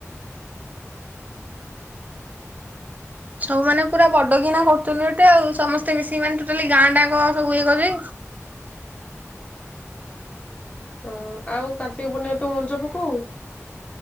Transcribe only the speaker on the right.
ସବୁ ମାନେ ପୁରା ବଡଗିନା କରୁଛନ୍ତି ଏଇଠେ ଆଉ ସମସ୍ତେ ମିଶିକି ମାନେ ପୁରା ଟୋଟାଲି ଗାଁ ଟା ଯାକ ୟେ କରୁଛନ୍ତି।